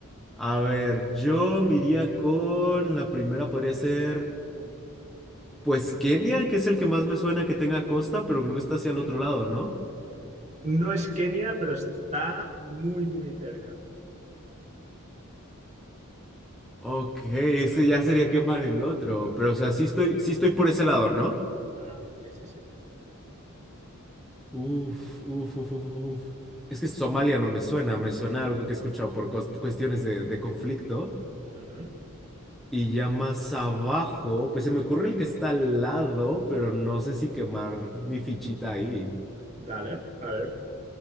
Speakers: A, in the centre; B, on the right.
A: A ver, yo me iría con la primera, podría ser, pues Kenia, que es el que más me suena que tenga costa, pero creo que está hacia el otro lado, ¿no?
B: No es Kenia, pero está muy, muy cerca.
A: Ok, es que ya sería quemar el otro, pero o sea, sí estoy, sí estoy por ese lado, ¿no?
B: Ah, sí, sí, sí.
A: Uf, uf, uf, uf, uf. Es que Somalia no me suena, me suena algo que he escuchado por cos- cuestiones de, de conflicto.
B: Ujú.
A: Y ya más abajo, pues se me ocurre el que está al lado, pero no sé si quemar mi fichita ahí.
B: Dale, a ver.